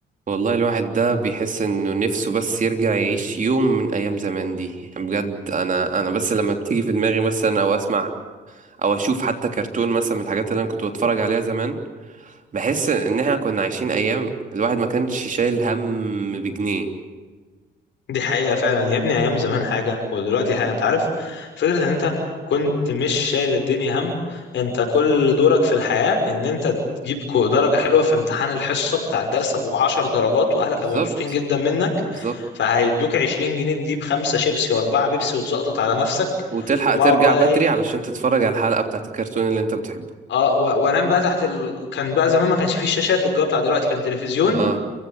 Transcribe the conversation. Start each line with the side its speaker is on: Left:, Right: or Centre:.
Right: والله الواحد ده بيحس انه نفسه بس يرجع يعيش يوم من ايام زمان دي يعني بجد انا انا بس لما بتيجي في دماغي مثلا او اسمع او اشوف حتى كرتون مثلا من الحاجات اللي انا كنت بتفرج عليها زمان بحس ان احنا كنا عايشين ايام الواحد ما كانش شايل هم بجنيه
Left: دي حقيقة فعلا يا ابني أيام زمان حاجة ودلوقتي حاجة أنت عارف فكرة إن أنت كنت مش شايل الدنيا هم أنت كل دورك في الحياة إن أنت تجيب كو- درجة حلوة في امتحان الحصة بتاع الدرس أبو عشر درجات وأهلك
Right: بالظبط
Left: هيبقوا مبسوطين جدا منك
Right: بالظبط
Left: فهيدوك عشرين جنيه تجيب خمسة شيبسي وأربعة بيبسي وتزقطط على نفسك
Right: وتلحق
Left: وأقعد
Right: ترجع
Left: بقى
Right: بدري
Left: إيه
Right: علشان تتفرج على الحلقة بتاعت الكرتون اللي انت بتحبه
Left: اه و- وانام بقى تحت ال... كان بقى زمان ما كانش فيه الشاشات والجو بتاع دلوقتي كان تلفزيون
Right: اه